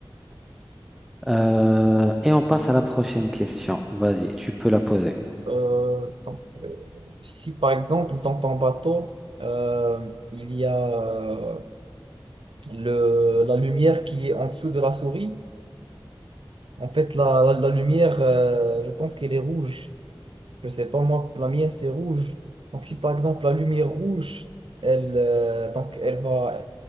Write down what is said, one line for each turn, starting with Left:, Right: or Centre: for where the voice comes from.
Centre: Euh, et on passe à la prochaine question. Vas-y, tu peux la poser.
Right: Euh, donc, euh, si par exemple dans ton bateau, euh, il y a euh, le, la lumière qui est en dessous de la souris, en fait la, la- la lumière, euh, je pense qu'elle est rouge. Je sais pas moi, la mienne c'est rouge. Donc si par exemple la lumière rouge, elle, euh, donc, elle va,